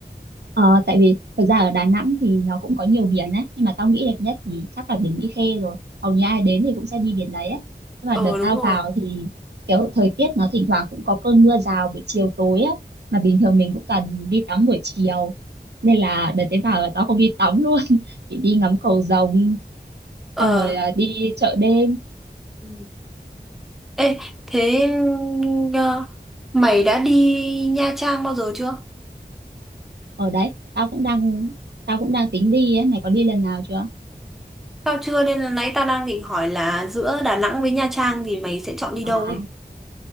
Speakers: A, on the right; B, in the centre.
A: Ờ, tại vì thật ra ở Đà Nẵng thì nó cũng có nhiều biển đấy nhưng mà tao nghĩ đẹp nhất thì chắc là biển Mỹ Khê rồi hầu như ai đến thì cũng sẽ đi biển đấy ấy. Nhưng mà
B: Ờ
A: đợt
B: đúng
A: tao
B: rồi.
A: vào thì kiểu thời tiết nó thỉnh thoảng cũng có cơn mưa rào buổi chiều tối á Mà bình thường mình cũng toàn đi tắm buổi chiều nên là đợt đấy vào là tao không đi tắm luôn <laughs> chỉ đi ngắm cầu rồng
B: Ờ.
A: xong rồi à, đi chợ đêm
B: Ừ. Ê, thế ừ, ờ, mày đã đi Nha Trang bao giờ chưa?
A: ở đấy tao cũng đang tao cũng đang tính đi ấy. Mày có đi lần nào chưa
B: Tao chưa nên là nãy ta đang định hỏi là giữa Đà Nẵng với Nha Trang thì mày sẽ chọn đi đâu
A: à
B: ấy?